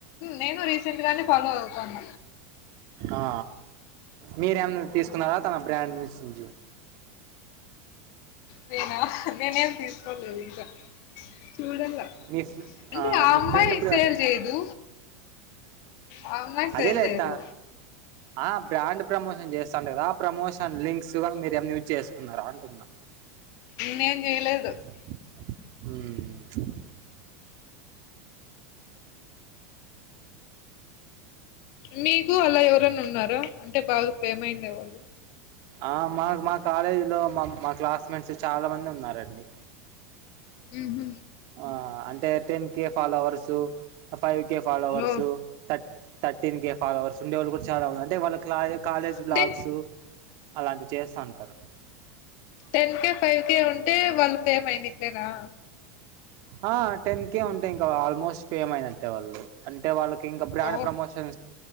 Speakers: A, on the left (about 55°); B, on the right (about 55°).
A: నేను రీసెంట్ గానే ఫాలో అవుతాన్న
B: ఆ మీరేమై తీసుకున్నారా తన బ్రాండ్ నుంచి
A: నేనా నేనేం తీసుకోలేదు ఇంకా చూడలా
B: మీ ఫ్ర-
A: అంటే ఆ
B: మీ
A: అమ్మాయి
B: ఫ్రెండ్ బ్రా
A: సేల్ చేయదు ఆ అమ్మాయి
B: అదేలా
A: సేల్ చేయదు
B: ఎత్త ఆ బ్రాండ్ ప్రమోషన్ చేస్తాంట కదా ఆ ప్రమోషన్ లింక్స్ గానీ మీరు ఏమ యూజ్ చేసుకున్నార అని అంటుంనా
A: నేను చేయలేదు
B: హ్
A: మీకు అలా ఎవరన్న ఉన్నారా అంటే బాగా ఫేమ్ అయిండే వాళ్ళు
B: ఆ మా మా కాలేజీ లో మా మా క్లాస్ మేట్స్ చాలా మంది ఉన్నారు అండి
A: ఉహ్
B: ఆ అంటే ten K followers five K ఫాలోవర్సు
A: ఓ
B: ధర్ థర్టీన్ క ఫావ అవర్స్ ఉండేవాళ్ళు కూడా చాలా ఉంది అంటే వాళ్ళ కాలేజ్
A: అంటే
B: బ్లాగస్ అలాంటివి చేస్త ఉంటారు
A: టెన్ కే ఫైవ్ కే ఉంటే వాళ్ళు కెమైంది ఇస్తారా
B: ఆ టెన్ కే ఉంటె ఇంకా ఆల్మోస్ట్ ఫేమ్ అయినట్టే వాళ్ళు అంటే వాళ్ళకి ఇంకా బ్రాండ్
A: ఓహో
B: ప్రమోషన్